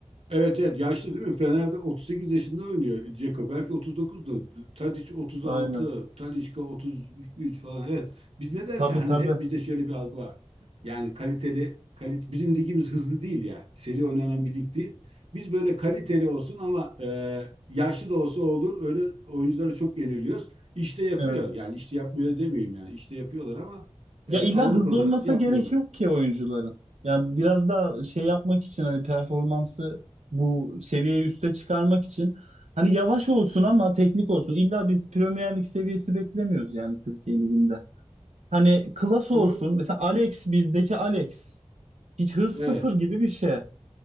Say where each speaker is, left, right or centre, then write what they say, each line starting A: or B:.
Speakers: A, on the right; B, on the right.
A: Evet evet yaşlı değil mi? Fener'de 38 yaşında oynuyor Dzeko. Belki 39'da. Tadic 36,
B: Aynen.
A: Talisca 33 falan. Evet. Biz nedense
B: Tabii
A: hani
B: tabii.
A: hep bizde şöyle bir algı var. Yani kaliteli kalit bizim ligimiz hızlı değil ya. Seri oynanan bir lig değil. Biz böyle kaliteli olsun ama e, yaşlı da olsa olur. Öyle oyunculara çok yeniliyoruz. İşte yapıyor.
B: Evet.
A: Yani işte yapmıyor demeyeyim yani. İşte yapıyorlar ama e,
B: Ya illa
A: Avrupa'da
B: hızlı olmasına
A: yapmıyorlar.
B: gerek yok ki oyuncuların. Yani biraz da şey yapmak için hani performansı bu seviyeyi üste çıkarmak için hani yavaş olsun ama teknik olsun. İlla biz Premier Lig seviyesi beklemiyoruz yani Türkiye Ligi'nde. Hani klas
A: Ama
B: olsun. Mesela Alex bizdeki Alex hiç hız
A: evet.
B: sıfır gibi bir şey.